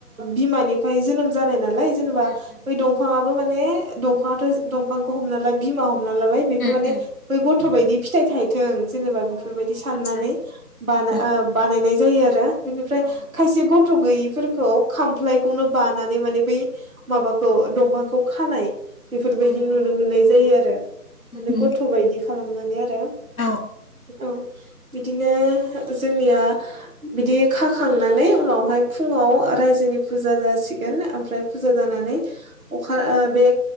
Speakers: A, on the right (about 60°); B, on the left (about 60°).
A: बिमानिफ्राय जोनोम जानाय नालाय जेनेबा
B: उम उम
A: बै दांफां माने दंफां दांफांखौ हमना ला बिमा हमना लाबाय बेबो
B: उम
A: माने
B: उम
A: बै गथ' बायदि फिथाइ थायो जों जेनेबा बेफोरबायदि
B: अ
A: साननानै
B: आतसा आतसा
A: ब
B: उम उम
A: बानायनाय जायो आरो बेनिफ्राय
B: औ
A: खायसे गथ' गैयिफोरखौ खामफ्लायखौनो बानानै माने बै माबाखौ दंफांखौ खानाय बेफोरबायदि
B: अ
A: नुनो मोननाय
B: अ
A: जायो आरो
B: उम
A: माने
B: उम
A: गथ' बायदि खालामनानै आरो अ
B: औ
A: बिदिनो जोंनिया बिदि खाखांनानै उनावहाय फुङाव रायजोनि फुजा जासिगोन ओमफ्राय फुजा जानानै अखा बे